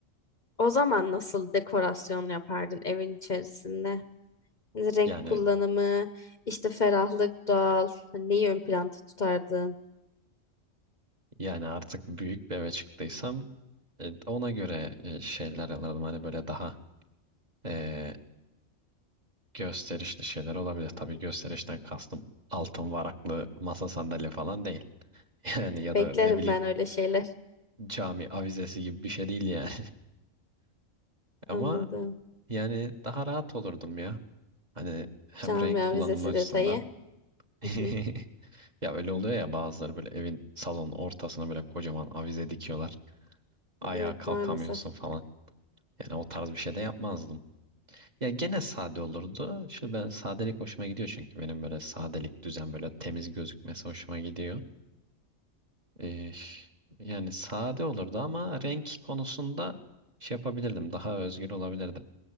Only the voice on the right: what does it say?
Yani
yani artık büyük bir eve çıktıysam e, ona göre e, şeyler alırdım. Hani böyle daha e, gösterişli şeyler olabilir. Tabii gösterişten kastım altın varaklı masa sandalye falan değil. <laughs> Yani ya
da ne bileyim
cami avizesi gibi bir şey değil yani. <laughs>
Ama
yani daha rahat olurdum ya. Hani hem
renk kullanımı
açısından.
<laughs>
Ya öyle oluyor ya bazıları böyle evin salonun ortasına böyle kocaman avize dikiyorlar. Ayağa
kalkamıyorsun
falan. Yani o tarz bir şey de yapmazdım. Ya gene sade olurdu. Şimdi ben sadelik hoşuma gidiyor çünkü benim böyle sadelik düzen böyle temiz gözükmesi hoşuma gidiyor. Ee, yani sade olurdu ama renk konusunda şey yapabilirdim. Daha özgür olabilirdim.